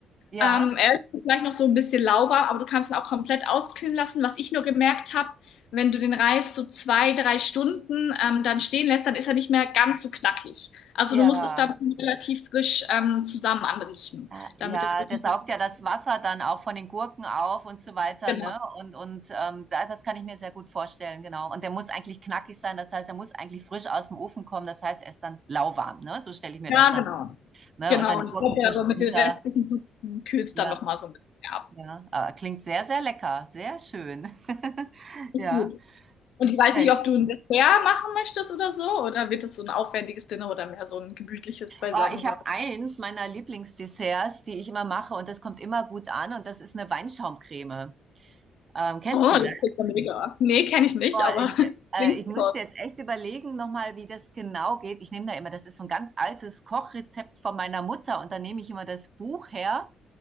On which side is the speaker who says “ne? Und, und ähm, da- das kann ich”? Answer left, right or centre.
Right